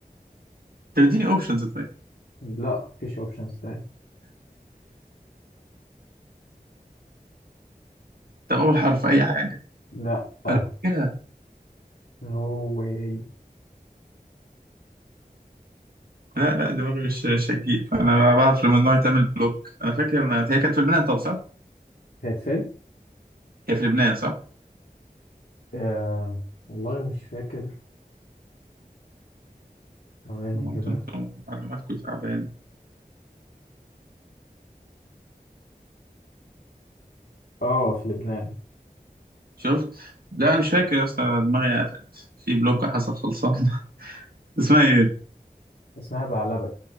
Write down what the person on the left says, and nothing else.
لأ مفيش أوبشنز تاني
لأ آه
نو واي
كانت فين؟
آه والله مش فاكر ثواني
كده
اه في لبنان
اسمها بعلبك